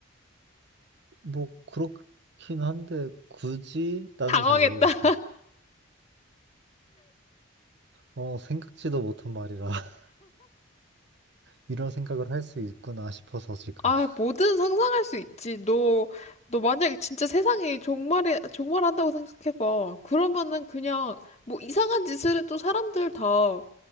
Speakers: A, on the right; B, on the left.
A: 뭐 그렇긴 한데 굳이 나는
B: 당황했다.
A: 잘 모르겠어.
B: <laughs>
A: 어, 생각지도 못한 말이라 <laughs> 이런 생각을 할 수 있구나 싶어서 지금
B: 아
A: <laughs>
B: 뭐든 상상할 수 있지. 너 너 만약에 진짜 세상이 종말이 종말한다고 생각해봐. 그러면은 그냥 뭐 이상한 짓을 해도 사람들 다